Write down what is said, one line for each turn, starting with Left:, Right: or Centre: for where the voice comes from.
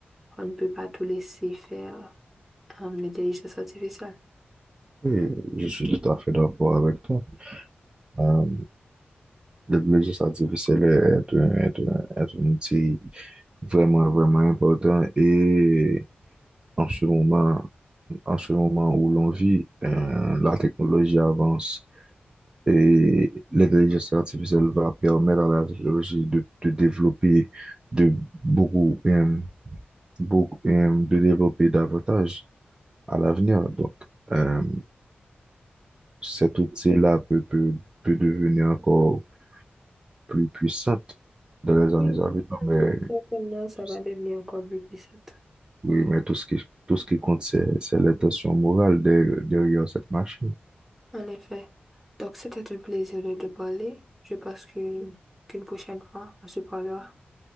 Centre: On ne peut pas tout laisser faire Hum, l'intelligence artificielle.
Right: Et je suis tout à fait d'accord avec toi. Euh, l'intelligence artificielle est un, est un, est un outil vraiment, vraiment important et En ce moment, en ce moment où l'on vit, euh, la technologie avance et l'intelligence artificielle va permettre à la technologie de, de développer de beaucoup, euh, beaucoup, euh, de développer davantage à l'avenir. Donc, euh, cet outil-là peut, peut, peut devenir encore plus puissante dans les années
Centre: Oui,
Right: à venir,
Centre: celle
Right: mais
Centre: de certainement, ça
Right: tout
Centre: va
Right: ce-
Centre: devenir encore plus puissante.
Right: oui, mais tout ce qui, tout ce qui compte, c'est, c'est l'intention morale derrière derrière cette machine.
Centre: En effet. Donc, c'était un plaisir de te parler. Je pense que- qu'une prochaine fois, on se parlera.